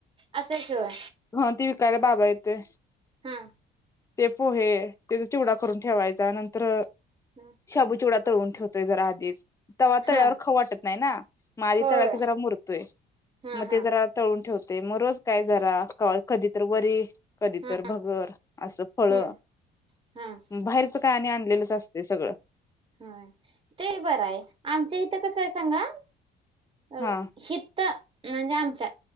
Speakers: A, on the right; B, on the left.
A: असतंय शिवाय
B: हं ती का रे बाबा येते,
A: हं,
B: ते पोहे त्याचा चिवडा करून ठेवायचा नंत त्र
A: हा
B: शबुचिवडा, तळून ठे तोय जरा आधीच. तवा्हा
A: हा
B: तळ्यावर खाऊ वाटत नाही ना. म आधी
A: होय
B: तळा की जरा मुरतोय.
A: हा
B: मग ते
A: हा
B: जरा तळून ठेवतो ते मग रोज काय जरा कधी तर वरी कधी
A: हा
B: तरर भगर असं फळ
A: हम्म हा
B: बाहेरच कायने आणलेलंच असते सगळं
A: हा ते बरं आहे आमच्या इथं कसं आहे सांगा अह
B: हा
A: हिित म्हणजे आमच्या